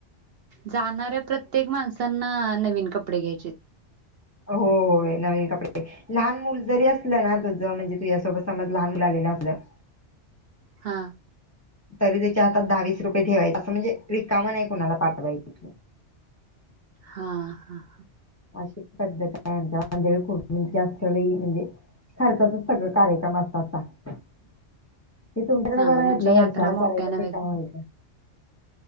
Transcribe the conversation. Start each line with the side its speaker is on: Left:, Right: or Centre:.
Right: जाणाऱ्या प्रत्येक माणसांना नवीन कपडे घ्यायचीत
Left: होया नवीन कपडे लहान मुल जरी असलं ना तुझ म्हणजे तुझ्यासोबत समज लहान मुल आलेलं असलं.
Right: हा.
Left: तरी त्याच्या हातात दहावीस रुपये ठेवायच. असं म्हणजे रिकाम नाही कुणाला पाठवायच.
Right: हा. हा. हा.
Left: अशी पद्धत आहे <unintelligible> खूप जास्त म्हणजे खर्चाच सगळ कार्यक्रम असतात. हे तुमच्याकडे
Right: हा
Left: बरं
Right: म्हणजे
Left: आहे आपलं,
Right: यात्रा
Left: वर्षाला
Right: मोठ्यानं
Left: करायचं आणि
Right: वगैरे
Left: रिकाम व्हायचं.